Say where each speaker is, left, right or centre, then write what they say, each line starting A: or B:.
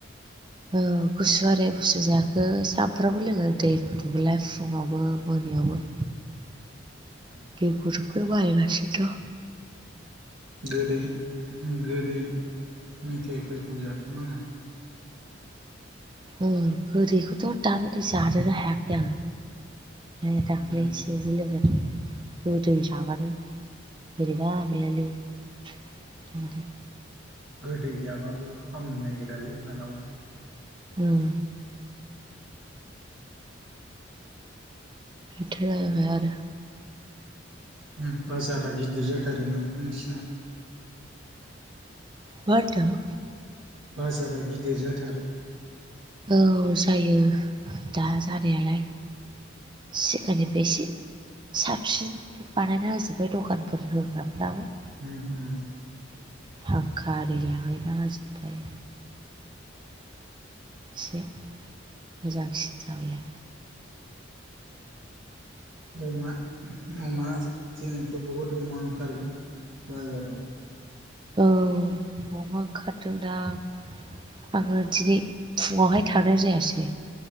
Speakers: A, on the right; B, on the right.
A: औ गुसुवा ओरै गुसु जायाखै सामफ्रामबो लोङो दै गुदुंखोलाय फुङावबो मोनायावबो।
B: <inaudible>
A: <unintelligible>
B: गोदै गोदै मेथाइफोरखौ जाथ'नाङा।
A: उम गोदैखौथ' दामानि जानोनो हायाखै आं नै दाख्लै
B: उम
A: एसे <inaudible> गोदै जाबानो बोरैबा मोनलायलायो। <unintelligible>
B: गोदै जाबाबो हामनो नागिरालै मालाबा।
A: उम। इनथ' जाहैबाय आरो।
B: उम बाजारा गिदिर जाथारो नामा नोंसिना?
A: मा होनदों?
B: बाजारा गिदिर जाथारो?
A: औ जायो दा जानायालाय। सिगांनिफाय एसे साबसिन बानायना होजोबबाय दखानफोर होग्राफ्राबो।
B: उम।
A: फांखा आरि लाहैना हाजोबबाय। से मोजांसिन जाबाय आरो।
B: अमा अमा जे जेनेथ' बहुद अमा ओंखारगोन बाजाराव?
A: औ अमा ओंखारदोंदां। आङो दिनै फुङावहाय थांनाय जायासै।